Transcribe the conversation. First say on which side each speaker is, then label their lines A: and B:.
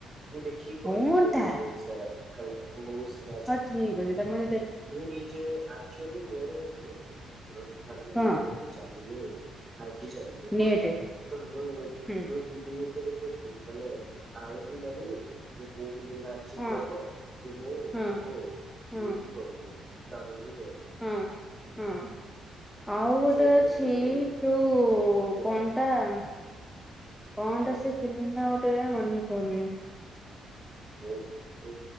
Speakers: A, on the right; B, in the centre.
A: ମୁଁ ଦେଖିକି କହିଦେବି
B: କଣଟା
A: ଆଜି ବହୁତ ସାରା ହେଲା ବହୁତ ସାରା ଅଛି
B: ହଁ
A: କହିଦେବି
B: ଠିକ୍ ଅଛି
A: ତତେ।
B: ତମ ଯଦି
A: ମୁଁ ନିଜେ ଆଚୁଆଲି ମୋର ଏଇଠି କଥା ହେଲା
B: କଣ
A: ମୋର ଏଠି ଚାଲୁି ଫାଇଭ ଜ ଚାଲୁି ଫୋ
B: ନେଟ
A: ଜ ତ ମୁଁ <unintelligible>
B: ହୁଁ
A: ଫିଲ ଉପ ମାନେ <unintelligible> ଆଣୁିବି ନାହିଁ ଯେ କୋଉ ବି ଲିମ୍ ବାରୁଛି
B: ହଁ
A: କଣ କି ମୁଁ
B: ହଁ
A: ତାକୁ <unintelligible>
B: ହଁ
A: ଇଏ ବି କହୁ ଉଲୋଡ଼ ବି କହୁ <unintelligible>
B: ହଁ ହଁ ଆଉ ଗୋଟେ
A: ସେଇଟା
B: ଅଛି
A: ଏଥିପାଇଁ
B: ଯୋଉ
A: କୋଉଟା
B: କଣ ା କଣ
A: ଆଁ
B: ଟା ସେ ଫିଲ୍ମ ଗୋଟେ ମନେ ପଉନି।
A: ହୁଁ ହୁ